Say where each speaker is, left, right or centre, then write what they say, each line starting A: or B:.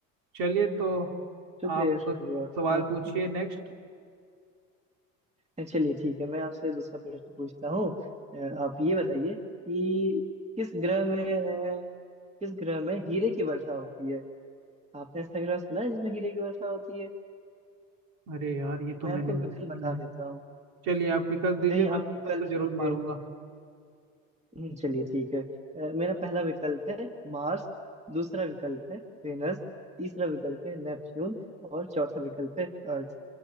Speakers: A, on the right; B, on the right.
A: चलिए तो
B: शुक्रिया
A: आप
B: शुक्रिया
A: सवाल
B: हाँ
A: पूछिए नेक्स्ट
B: हाँ चलिए ठीक है मैं आपसे दूसरा प्रश्न पूछता हूँ अ, आप ये बताइए कि किस ग्रह में अ, किस ग्रह में हीरे की वर्षा होती है आपने ऐसा ग्रह सुना है जिसमें हीरे की वर्षा होती है
A: अरे यार ये तो
B: मैं
A: मैंने
B: आपको
A: नहीं
B: विकल्प
A: सुना
B: बता
A: है
B: देता हूँ
A: चलिए आप विकल्प दीजिए
B: कहीं
A: मैं
B: आप
A: तुक्का
B: विकल्प
A: तो
B: सुन
A: जरूर
B: के
A: मारूंगा
B: हम्म, चलिए ठीक है अ, मेरा पहला विकल्प है मार्स दूसरा विकल्प है वेनस तीसरा विकल्प है नेपच्यून और चौथा विकल्प है अर्थ